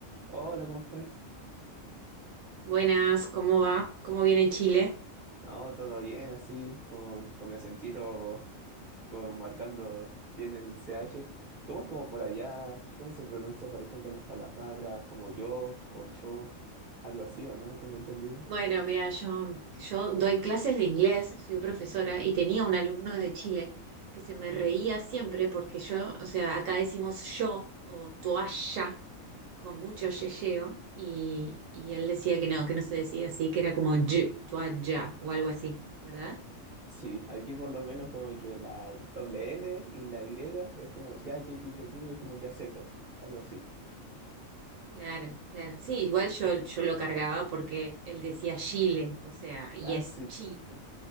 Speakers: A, on the right; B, on the right.
A: Hola, ¿cómo estáis?
B: Buenas, ¿cómo va? ¿Cómo viene Chile?
A: No, todo bien, así, con, con mi acentito, con, marcando bien el CH. ¿Cómo es como por allá? ¿Cómo se pronuncia, por ejemplo, las palabras como yo o yo? Algo así, ¿o no? Tengo entendido.
B: Bueno, mira, yo, yo doy clases de inglés, soy profesora y tenía un alumno de Chile que se me reía siempre porque yo, o sea, acá decimos yo o toalla con mucho yeyeo y, y él decía que no, que no se decía así, que era como y, toalla o algo así, ¿verdad?
A: Sí, aquí por lo menos como que la doble L y la Y es como ya, ye, ye, yo, yo, es como un ya seco, algo así.
B: Claro, claro. Sí, igual yo, yo lo cargaba porque él decía Chile, o sea, y
A: Ah,
B: es
A: sí.
B: Chile.